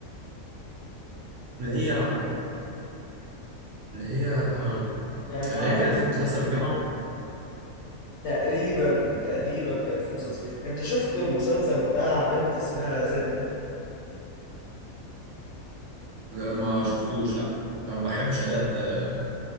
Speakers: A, on the right; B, on the left.
A: اللي هي اللي هي
B: كانت
A: اللي
B: اتعملت
A: هي كانت في مسلسل الجامعه
B: تقريبا تقريبا كانت في مسلسل انت شفت المسلسل بتاع بنت اسمها ذات
A: لا، ما شفتوش لا ما بحبش اداء آه،